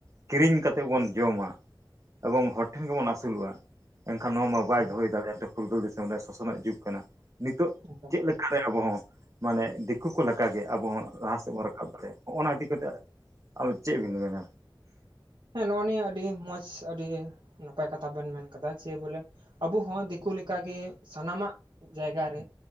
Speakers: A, on the right; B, on the right.
A: ᱠᱤᱨᱤᱧ ᱠᱟᱛᱮᱜ ᱵᱚᱱ ᱡᱚᱢᱟ ᱮᱵᱚᱝ ᱦᱚᱲ ᱴᱷᱮᱱ ᱜᱮᱵᱚᱱ ᱟᱹᱥᱩᱞᱚᱜᱼᱟ ᱮᱱᱠᱷᱟᱱ ᱱᱚᱣᱟ ᱢᱟ ᱵᱟᱭ
B: ᱮᱠᱟᱞ
A: ᱫᱚᱦᱚᱭ ᱫᱟᱲᱮᱭᱟᱜᱼᱟ ᱯᱷᱩᱨᱜᱟᱹᱞ ᱫᱤᱥᱚᱢ ᱨᱮ ᱥᱚᱥᱚᱱᱟᱜ ᱡᱩᱜᱽ ᱠᱟᱱᱟ ᱱᱤᱛᱚᱜ
B: ᱮᱠᱟᱞ
A: ᱪᱮᱫ ᱞᱮᱠᱟᱨᱮ ᱟᱵᱚ ᱦᱚᱸ ᱢᱟᱱᱮ ᱫᱤᱠᱩ ᱠᱚ ᱞᱮᱠᱟᱜᱮ ᱟᱵᱚ ᱦᱚᱸ ᱞᱟᱦᱟ ᱥᱮᱫ ᱵᱚᱱ ᱨᱟᱠᱟᱵ ᱫᱟᱲᱮᱭᱟᱜᱼᱟ ᱦᱚᱜᱼᱚ ᱚᱱᱟ ᱤᱫᱤ ᱠᱟᱛᱮ ᱟᱫᱚ ᱪᱮᱫ ᱵᱮᱱ ᱢᱮᱱᱟ
B: ᱦᱮᱸ ᱱᱚᱜᱼᱚ ᱱᱤᱭᱟᱹ ᱟᱹᱰᱤ ᱢᱚᱸᱡᱽ ᱟᱹᱰᱤ ᱱᱟᱯᱟᱭ ᱠᱟᱛᱷᱟ ᱵᱮᱱ ᱢᱮᱱ ᱠᱟᱫᱟ ᱡᱮ ᱵᱚᱞᱮ ᱟᱵᱚ ᱦᱚᱸ ᱫᱤᱠᱩ ᱞᱮᱠᱟᱜᱮ ᱥᱟᱱᱟᱢᱟᱜ ᱡᱟᱭᱜᱟ ᱨᱮ